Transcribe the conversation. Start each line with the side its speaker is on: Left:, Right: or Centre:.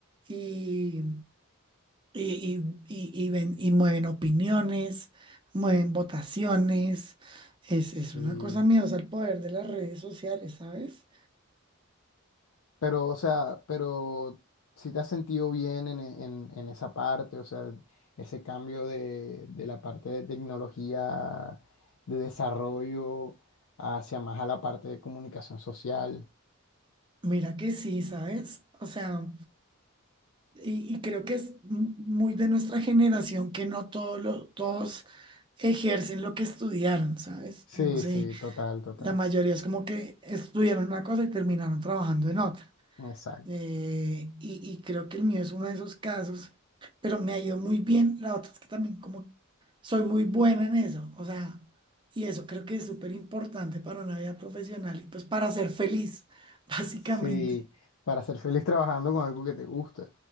Right: y, y, y, y- y ven- y mueven opiniones, mueven votaciones, es,
Left: Sí,
Right: es una cosa miedosa el poder de las redes sociales, ¿sabes?
Left: pero, o sea, pero si te has sentido bien en, e- en- en esa parte, o sea, ese cambio de, de la parte de tecnología, de desarrollo, hacia más a la parte de comunicación social.
Right: Mira que sí, ¿sabes? O sea, y, y creo que es mu- muy de nuestra generación que no todo lo- todos ejercen lo que estudiaron, ¿sabes? No
Left: Sí,
Right: sé.
Left: sí, total, total.
Right: La mayoría es como que estudiaron una cosa y terminaron trabajando en otra.
Left: Exacto.
Right: Eh, y, y creo que el mío es uno de esos casos, pero me ha ido muy bien. La otra es que también como soy muy buena en eso, o sea, y eso creo que es súper importante para una vida profesional y pues para ser feliz, <laughs> básicamente.
Left: Sí, para ser feliz trabajando con algo que te guste.